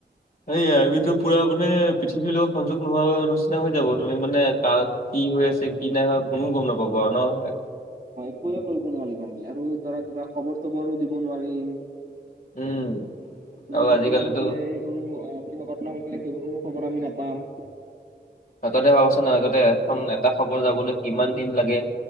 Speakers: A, on the left; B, on the right.
A: এই <unintelligible> পুৰা মানে পৃথিৱীৰ লগত সংযোগ নোহোৱা অনিচিনা হৈ যাব তুমি মানে তাক কি হৈ আছে কি নাই হোৱা কোনো গম নাপাব আৰু ন?
B: একোয়ে কৰিব নোৱাৰিম আমি আৰু ধৰা কিবা খবৰ-চবৰো দিব নোৱাৰিম।
A: উম,
B: কিবা
A: আৰু
B: ঘটনা
A: আজিকালিতো
B: ঘটিলে এ সেইবোৰ অ', কিবা ঘটনা ঘটিলে সেইবোৰো খবৰ আমি নাপাম।
A: আগতে ভাবচোন আগতে এখন এটা খবৰ যাবলৈ কিমান দিন লাগে।